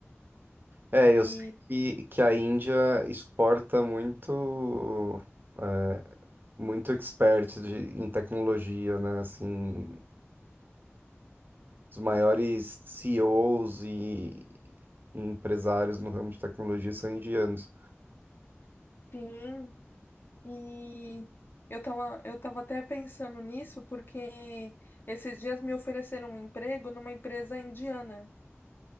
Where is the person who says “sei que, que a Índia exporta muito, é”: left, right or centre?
Right